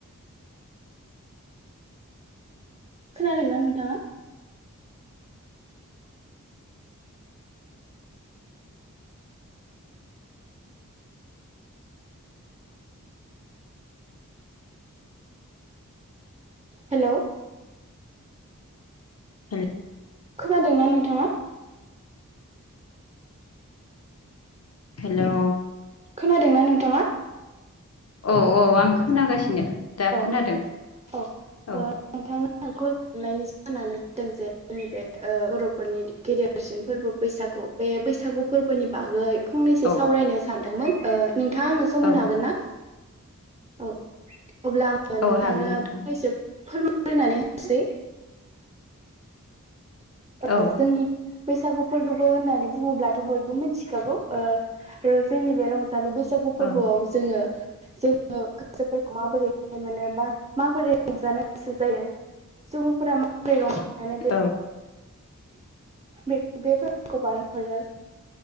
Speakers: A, on the right (about 20°); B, on the left (about 50°).
A: खोनादों ना नोंथाङा? हेलौ
B: हेल
A: खोनादों ना नोंथाङा?
B: हेलौ
A: खोनादोंना नोंथाङा?
B: औ औ आं खोनागासिनो। दा
A: अ
B: खोनादों
A: अ ओ
B: औ
A: नोंथांनो आ कल खालामनायनि जाहोनानो जादों जे जोंनि बे बर'फोरनि गेदेर सिन फोरबो बैसागु बे बैसागु फोरबोनि बागै फंनैसो
B: औ
A: सावरायनो सानदोंमोन। नोंथाङा आंनो सम
B: औ
A: होनो हागोन ना? औ अब्ला आङो नोंथांनो
B: औ हागोन नोंथां
A: फंनैसो फोरमायग्रोनानै होनोसै।
B: औ
A: ओ जोंनि बैसागु फोरबोबो होननानै बुङोब्लाथ' बयबो मिथिखागौ ओ जोंनि बे रं जालि बैसागु फोरबोआव
B: औ
A: जोङो जोङो गोसोफोरखौ माबोरै गोजोनाय मोनो बा माबोरै रंजानो गोसो जायो। सुबुंफोरा माबोरै रंजानो
B: औ
A: बे बे फोरबोखौ बारहो हरो।